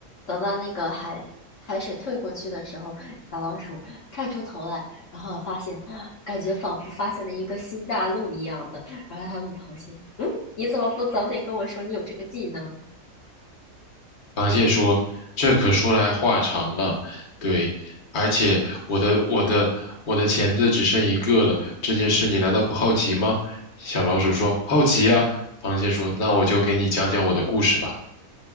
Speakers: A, on the left; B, on the left.
A: 等到那个海海水退过去的时候，小老鼠探出头来，然后发现，感觉仿佛发现了一个新大陆一样的。然后它问螃蟹：“你怎么不早点跟我说你有这个技能啊？”
B: 螃蟹说：“这可说来话长了，对，而且我的我的我的钳子只剩一个了，这件事你难道不好奇吗？”小老鼠说：“好奇呀。”螃蟹说：“那我就给你讲讲我的故事吧。”